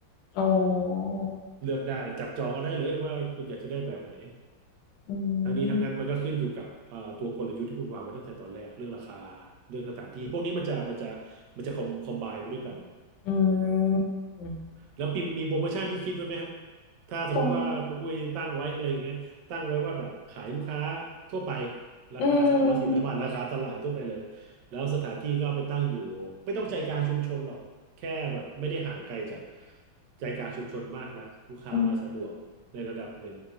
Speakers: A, on the left (about 75°); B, on the right (about 70°).
A: โอ้
B: เลือกได้จับจองก็ได้เลยว่าคุณอยากจะได้แบบไหน
A: อื
B: ทั้งนี้ทั้งนั้นมันก็ขึ้นอยู่กับเอ่อตัวกลยุทธ์ที่คุณวางไว้ตั้งแต่ตอนแรกเรื่องราคา
A: ม
B: เรื่องสถานที่พวกนี้มันจะมันจะมันจะคอมคอมไบไปด้วยกัน
A: อืม
B: แล้วปีมีโปรโมชั่นที่คิดไว้ไหมฮะถ้าสมมติว่าคุณอุ้ยตั้งไว้อะไรอย่างเงี้ยตั้งไว้ว่าแบบขายลูกค้า
A: ตอน
B: ทั่วไปราคาสามร้อยสี่ร้อยบาทราคาตลาดทั่วไปเลย
A: อืม
B: แล้วสถานที่ก็ไปตั้งอยู่ไม่ต้องใจกลางชุมชนหรอกแค่แบบไม่ได้ห่างไกลจากใจกลางชุมชนมากนักลูกค้ามาสะดวกในระดับหนึ่ง
A: อืม